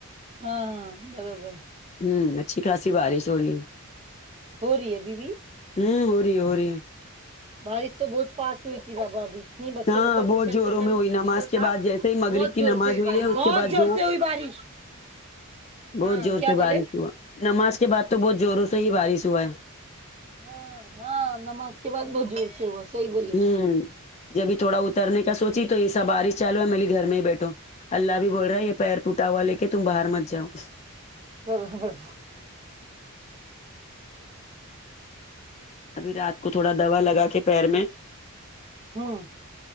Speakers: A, on the right; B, on the left.
A: ہاں ہاں برابر
B: ہمم اچھی خاصی بارش ہو رہی ہے
A: ہو رہی ہے ابھی بھی
B: ہوں ہو رہی ہے ہو رہی ہے
A: بارش تو بہت فاسٹ ہوئی تھی بابا ابھی نہیں بچے
B: ہاں
A: لوگ کا
B: بہت
A: ٹیوشن
B: زوروں
A: کے ٹائم
B: میں ہوئی
A: چھوٹنے
B: نماز
A: کا
B: کے
A: تھا
B: بعد جیسے ہی مغرب
A: بہت
B: کی
A: زور
B: نماز
A: سے ہوئی بارش
B: ہے اس
A: بہت
B: کے بعد
A: زور سے ہوئی بارش
B: بہت
A: ہاں
B: زور
A: کیا
B: سے
A: بولے
B: بارش ہوا نماز کے بعد تو بہت زوروں سے ہی بارش ہوا ہے
A: ہاں ہاں نماز کے بعد بہت زور سے ہوا صحیح بولے
B: ہوں جبھی تھوڑا اترنے کا سوچی تو یہ سا بارش چلو ہوا میں لی گھر میں ہی بیٹھو اللہ بھی بول رہا ہے یہ پیر پہوٹا ہوا لے کے تم باہر مچ جاؤ
A: برابر
B: ابھی رات کو تھوڑا دوا لگا کے پیر میں
A: ہاں